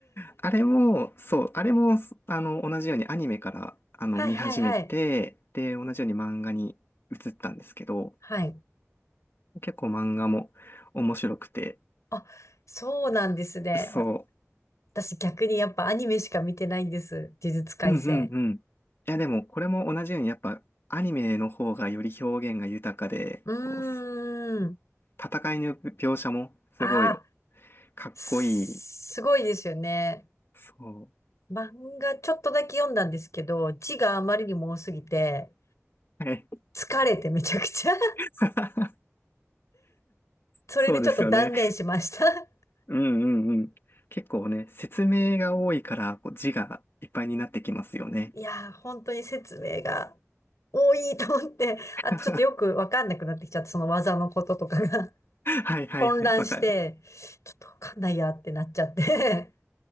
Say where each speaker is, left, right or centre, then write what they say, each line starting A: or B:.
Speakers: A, on the left (about 50°); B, on the left (about 80°).
A: あれも、そう、あれも、あの、同じようにアニメから、あの、
B: い、はい、
A: 見始めて、
B: はい。
A: で、同じように漫画に移ったんですけど、
B: はい。
A: 結構漫画も面白くて、
B: あ、そうなんですね。
A: そ
B: 私逆にやっぱアニメしか見てないんです。呪術廻戦。
A: う、うんうんうん。いや、でも、これも同じように、やっぱ、アニメの方がより表現が豊かで、
B: うーん。
A: こう、戦いの描写もすごい
B: ああ
A: かっこいい
B: すすごいですよね。
A: そ
B: 漫画ちょっとだけ読んだんですけど、字があまりにも多すぎて、
A: う。<laughs> はい。
B: 疲れてめちゃくちゃ <laughs>
A: <laughs>
B: それでちょっと断念しました。
A: そうですよね。
B: <laughs>
A: うんうんうん。結構ね、説明が多いから、こう字がいっぱいになってきますよね。
B: いやー、本当に説明が多いと思って、<laughs>
A: <laughs>
B: あとちょっとよくわかんなくなってきちゃって、その技のこととかが
A: はいはいはい。
B: <laughs> 混乱して、
A: わかる。
B: ちょっとわかんないやってなっちゃって